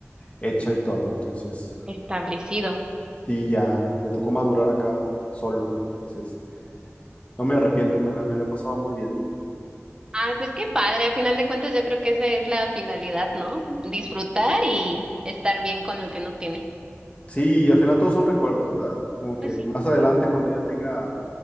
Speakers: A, on the left; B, on the right.
A: hecha y todo. Entonces,
B: establecido.
A: sí, ya me tocó madurar acá solo. Entonces, no me arrepiento, me la, me la he pasado muy bien.
B: Ay, pues qué padre. A final de cuentas, yo creo que esa es la finalidad, ¿no? Disfrutar y estar bien con lo que uno tiene.
A: Sí, y al final todos son recuerdos, ¿verdad? Como que
B: Pues
A: más adelante, cuando ya tenga